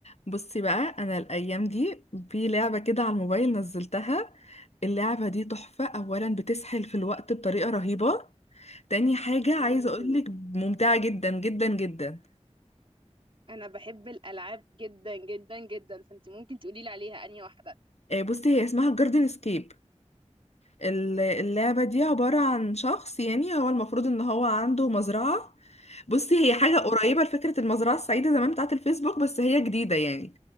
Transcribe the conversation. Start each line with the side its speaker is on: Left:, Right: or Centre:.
Left: بصي بقى انا الايام دي في لعبه كده على الموبايل نزلتها اللعبه دي تحفه اولا بتسحل في الوقت بطريقه رهيبه تاني حاجه
Right: مم.
Left: عايزه اقولك ممتعه جدا جدا جدا
Right: انا بحب الالعاب جدا جدا جدا فانت ممكن تقولي لي عليها انهي واحده
Left: آه، بصي هي اسمها جاردن اسكيب اللعبه دي عباره عن شخص يعني هو المفروض ان هو عنده مزرعه بصي هي حاجه
Right: مم.
Left: قريبه لفكره المزرعه السعيده زمان بتاعه الفيسبوك بس هي جديده يعني